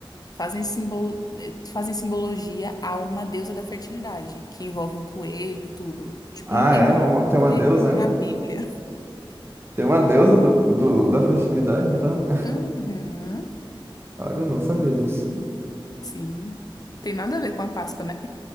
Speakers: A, on the left; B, on the right.
A: fazem, simbol, eh, fazem simbologia a uma deusa da fertilidade, que envolve um coelho e tudo. Tipo,
B: Ah,
A: não tem
B: é?
A: nada
B: Uma- tem
A: a
B: uma
A: ver
B: deusa,
A: com
B: é?
A: a Bíblia.
B: Tem uma deusa do, do- da festividade, então?
A: Uhum.
B: <laughs> Olha, eu não sabia
A: Uhum.
B: disso.
A: Sim. Tem nada a ver com a Páscoa, né?